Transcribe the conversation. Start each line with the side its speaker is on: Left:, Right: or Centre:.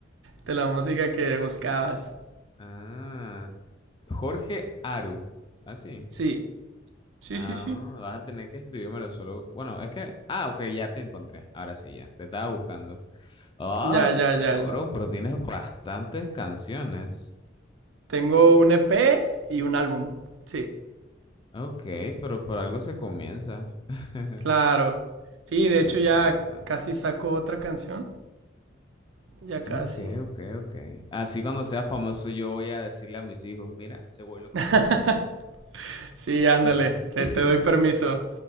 Right: de la música que buscabas.
Left: Ah. Jorge Aru. Así.
Right: Sí, sí,
Left: Ah,
Right: sí, sí.
Left: vas a tener que escribírmelo solo. Bueno, es que... Ah, ok, ya te encontré. Ahora sí, ya. Te estaba buscando. Ah,
Right: Ya, ya,
Left: cabrón,
Right: ya, ya.
Left: pero tienes bastantes canciones.
Right: Tengo un EP y un álbum. Sí,
Left: Ok, pero por algo se comienza. <laughs>
Right: claro. Sí, de
Left: Me
Right: hecho
Left: encanta.
Right: ya casi saco otra canción. Ya casi.
Left: Ok, ok, ok. Así cuando sea famoso yo voy a decirle a mis hijos, mira, ese güey lo conocí
Right: <laughs>
Left: yo.
Right: Sí, ándale.
Left: <laughs>
Right: Te, te doy permiso